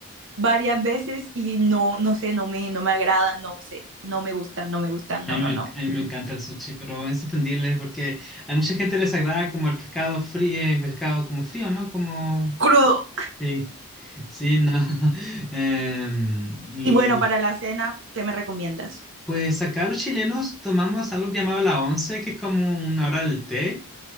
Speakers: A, on the right; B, in the centre.
A: varias veces y no, no sé, no me, no me agradan, no sé. No me gustan, no me gustan,
B: A
A: no,
B: mí,
A: no,
B: me,
A: no.
B: a mí me encanta el sushi, pero es entendible porque hay mucha gente que les agrada como el pescado frío, pescado como frío, ¿no? Como...
A: Crudo.
B: Sí, sí, no. <laughs> Em, y...
A: Y bueno, para la cena, ¿qué me recomiendas?
B: Pues acá los chilenos tomamos algo llamado la once, que es como una hora del té,